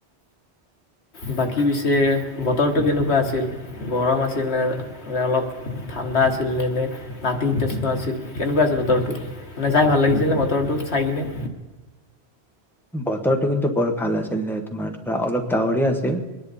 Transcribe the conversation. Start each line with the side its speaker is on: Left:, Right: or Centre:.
Left: বাকী পিছে বতৰটো কেনেকুৱা আছিল? গৰম আছিল নে নে অলপ ঠাণ্ডা আছিল নে নে নাতিশীতোষ্ণ আছিল কেনেকুৱা আছিল বতৰটো? মানে যাই ভাল লাগিছিল নে বতৰটো চাই কিনে?
Centre: বতৰটো কিন্তু বৰ ভাল আছিল দে তোমাৰ ধৰা অলপ ডাৱৰ আছিল